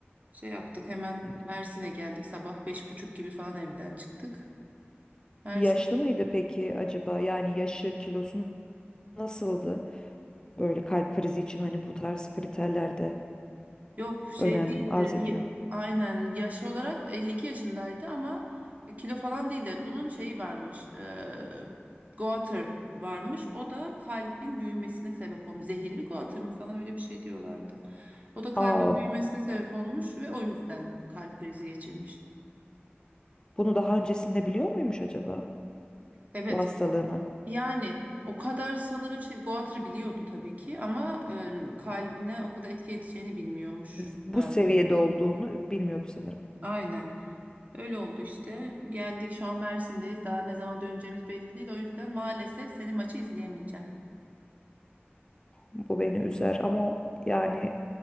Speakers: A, on the right; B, on the left.
A: Şey yaptık hemen
B: Evet.
A: Mersin'e geldik sabah beş buçuk gibi falan evden çıktık. Mersin
B: Yaşlı mıydı peki acaba? Yani yaşı, kilosu nasıldı? Böyle kalp krizi için hani bu tarz kriterlerde
A: Yok şey
B: önem
A: değildi.
B: arz ediyor.
A: Y- Aynen yaş olarak 52 yaşındaydı ama kilo falan değildi. Bunun şeyi varmış. E, goiter varmış. O da kalbin büyümesine sebep olmuş. Zehirli goiter mı falan öyle bir şey diyorlardı. O da kalbin
B: Aa,
A: büyümesine sebep olmuş ve o yüzden kalp krizi geçirmiş.
B: bunu daha öncesinde biliyor muymuş acaba?
A: Evet.
B: Bu hastalığını.
A: Yani o kadar sanırım şey goiter'ı biliyordu tabii ki ama e, kalbine o kadar etki edeceğini bilmiyormuşlar.
B: Bu seviyede olduğunu bilmiyordu sanırım.
A: Aynen. Öyle oldu işte. Geldik şu an Mersin'deyiz. Daha ne zaman döneceğimiz belli değil. O yüzden maalesef senin maçı izleyemeyeceğim.
B: Bu beni üzer ama yani